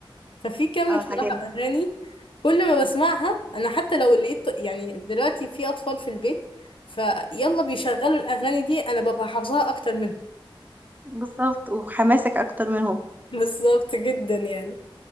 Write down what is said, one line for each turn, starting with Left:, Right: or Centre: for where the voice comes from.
Left: ففي كم
Right: اه
Left: بصراحة
Right: الحاجات دي
Left: أغاني كل ما بسمعها أنا حتى لو لقيت يعني دلوقتي في أطفال في البيت فيلا بيشغلوا الأغاني دي أنا ببقى حافظاها أكتر منهم
Right: بالظبط وحماسك أكتر منهم
Left: <laughs> بالظبط جدا يعني